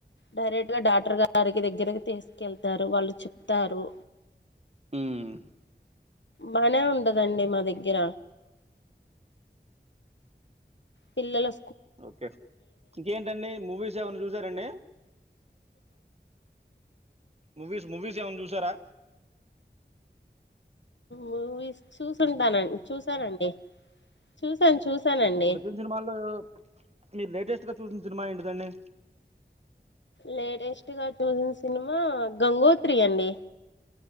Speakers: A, on the left; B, on the right.
A: డైరెక్ట్ గా డాక్టర్ గారికి దగ్గరకి తీసుకెళ్తారు వాళ్ళు చెప్తారు
B: మ్మ్
A: బానే ఉండదండి మా దగ్గర పిల్లలు
B: ఓకే ఇంకేంటండి మూవీస్ ఏమన్నా చూసారండి మూవీస్ మూవీస్ ఏమనా చూసారా
A: మూవీస్ చూసుంటానండి చూసానండి చూసాను చూసానండి
B: ఇప్పుడుచ్చ సినిమాలో మీ లేటెస్ట్ చూసినా సినిమా ఏంటది అండి
A: లేటెస్ట్ గా చూసిన సినిమా గంగోత్రి అండి